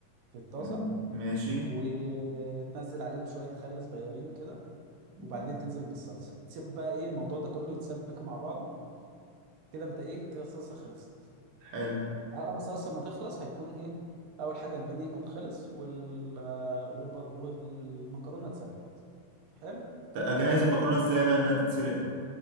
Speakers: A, on the right; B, on the right.
A: في الطاسه
B: مم. ماشي
A: وتنزل عليهم شوية خل صغيرين كده
B: مم.
A: وبعدين تنزل بالصلصة تسيب بقى ايه الموضوع ده كله يتسبك مع بعضه كده انت ايه كده الصلصة خلصت
B: حلو
A: على ما الصلصة ما تخلص هيكون ايه أول حاجة البانيه يكون خلص وال والب... والمكرونة اتسلقت حلو
B: ت- أجهز المكرونة إزاي بقى إنها تتسلق